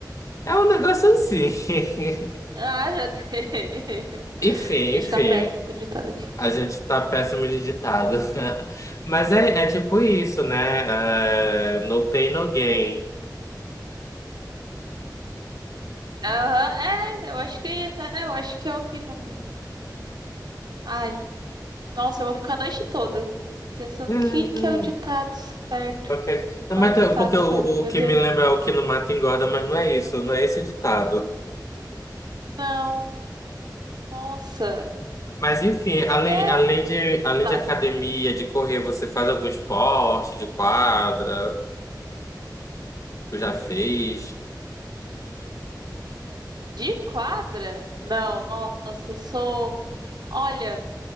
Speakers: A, on the left; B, on the right.
A: É um negócio assim. <laughs>
B: Ah, já dei. <laughs>
A: Enfim,
B: Está
A: enfim.
B: péssimo com o ditado aqui.
A: A gente tá péssimo de ditado. <laughs> Mas é, é tipo isso, né? Ah, no pain, no gain.
B: Aham, é, eu acho que, é, eu acho que é o que não. Ai, nossa, eu vou ficar a noite toda pensando
A: <laughs>
B: o que que é o ditado certo.
A: Ok. Não,
B: Qual
A: mas
B: é o ditado
A: tem- porque o,
B: certo? Meu
A: o que
B: Deus.
A: me lembra é o que não mata engorda, mas não é isso, não é esse o ditado.
B: Não, nossa.
A: Mas enfim,
B: Meu
A: além,
B: Deus.
A: além de, além
B: Tá.
A: de academia, de correr, você faz algum esporte de quadra? Tu já fez?
B: De quadra? Não, nossa, eu sou. Olha,